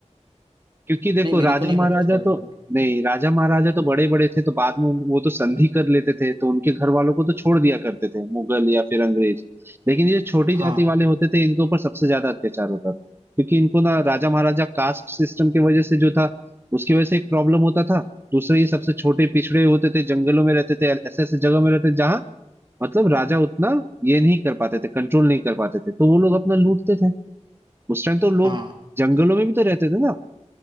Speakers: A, on the right (about 20°); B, on the right (about 40°).
A: क्योंकि देखो
B: नहीं मेरे
A: राजा
B: को नहीं
A: महाराजा
B: पता इसका रीजन
A: तो नहीं राजा महाराजा तो बड़े बड़े थे तो बाद में उन- वो तो संधि कर लेते थे तो उनके घर वालों को तो छोड़ दिया करते थे मुगल या फिर अंग्रेज लेकिन ये छोटी जाति
B: हाँ
A: वाले होते थे इनके ऊपर सबसे ज्यादा अत्याचार होता था क्योंकि इनको ना राजा महाराजा कास्ट सिस्टम की वजह से जो था उसकी वजह से एक प्रॉब्लम होता था दूसरे ये सबसे छोटे पिछड़े होते थे जंगलों में रहते थे ऐसे ऐसे जगह में रहते थे जहाँ मतलब राजा उतना ये नहीं कर पाते थे कंट्रोल नहीं कर पाते थे तो वो लोग अपना लूटते थे उस टाइम तो लोग
B: हाँ
A: जंगलों में भी तो रहते थे ना